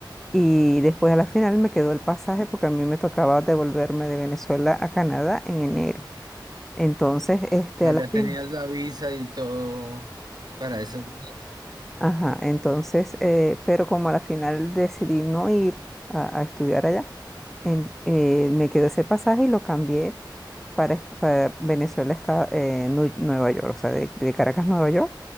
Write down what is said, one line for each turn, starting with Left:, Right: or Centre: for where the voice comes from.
Centre: y después a la final me quedó el pasaje porque a mí me tocaba devolverme de Venezuela a Canadá en enero. Entonces, este,
Right: Ah,
Centre: a
Right: ya
Centre: la
Right: tenías
Centre: final,
Right: la visa y todo para esos días.
Centre: Ajá, entonces, eh, pero como a la final decidí no ir a, a estudiar allá, en- eh, me quedé ese pasaje y lo cambié para, est- para Venezuela, está, eh, Nu- Nueva York, o sea, de, de Caracas, Nueva York,